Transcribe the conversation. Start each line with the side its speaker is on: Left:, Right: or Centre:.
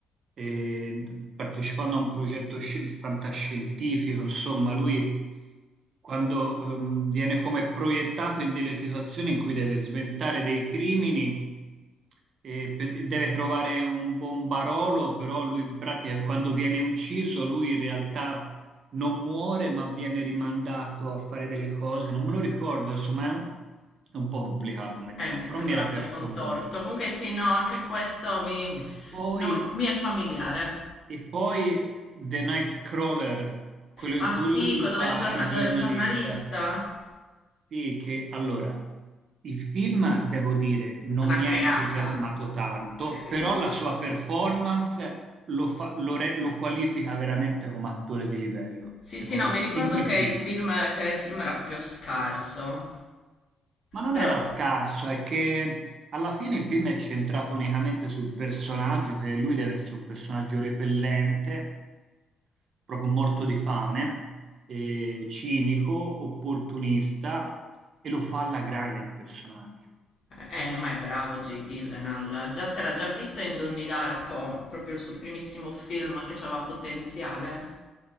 Right: eh, partecipando a un progetto sci- fantascientifico, insomma, lui quando ehm, viene come proiettato in delle situazioni in cui deve sventare dei crimini e pe- deve trovare un bombarolo, però lui in pratica quando viene ucciso, lui in realtà non muore ma viene rimandato a fare delle cose, non me lo ricordo, insomma è un po' complicato metterla,
Left: Eh, mi sta
Right: però
Left: sembrando
Right: mi era piaciuto
Left: contorto.
Right: molto.
Left: Comunque sì, no, anche questo mi,
Right: E poi,
Left: no, mi è familiare.
Right: e poi The Nightcrawler, quello in
Left: Ah sì,
Right: cui lui, lui
Left: que- dove,
Right: fa
Left: il giorna-
Right: il giornalista.
Left: dove era un giornalista?
Right: Sì, che allora, il film, devo dire, non
Left: Una
Right: mi
Left: cagata.
Right: ha entusiasmato tanto,
Left: <laughs>
Right: però la sua performance lo fa- lo re- lo qualifica veramente come attore di livello,
Left: Sì,
Right: secondo
Left: sì, no, mi
Right: me,
Left: ricordo
Right: in quel
Left: che
Right: film.
Left: il film, che il film era proprio scarso,
Right: Ma non
Left: però...
Right: era scarso, è che alla fine il film è centrato unicamente sul personaggio, che lui deve essere un personaggio repellente, proprio morto di fame, eh, cinico, opportunista, e lo fa alla grande il personaggio.
Left: Eh, eh, ma è bravo Jake Gyllenhaal. Già si era già visto in Donnie Darko, proprio il suo primissimo film che aveva potenziale.